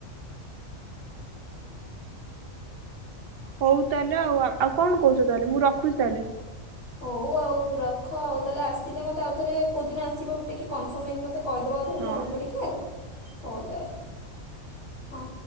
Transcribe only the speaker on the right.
ହଉ ତାହେଲେ ଆଉ ଆଉ କଣ କହୁଚ ତାହେଲେ ମୁଁ ରଖୁଚି ତାହେଲେ।
ହଁ